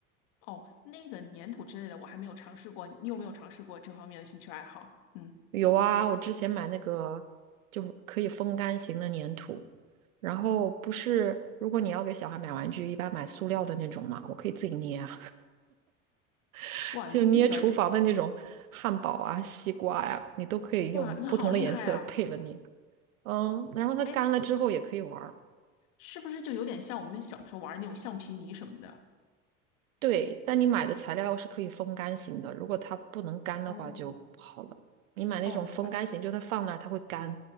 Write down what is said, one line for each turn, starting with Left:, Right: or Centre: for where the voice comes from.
Left: 哦，那个粘土之类的我还没有尝试过，你有没有尝试过这方面的兴趣爱好？嗯，
Right: 有啊，我之前买那个就可以风干型的粘土，然后不是，如果你要给小孩买玩具，一般买塑料的那种嘛，我可以自己捏啊，<laughs>
Left: 哇，
Right: 就捏厨房的那种汉堡啊、
Left: 那个，
Right: 西瓜呀、你都可以用不同的颜色配了捏。
Left: 哇，你好厉害啊！
Right: 嗯，然后它干了之后也可以玩
Left: 哎，是不是就有点像我们小时候玩的那种橡皮泥什么的？
Right: 对，但你买的材料是可以风干型的，如果它不能干的话就不好了。
Left: 哦，
Right: 你买那种风干型，
Left: 哦，明白。
Right: 就它放那儿它会干，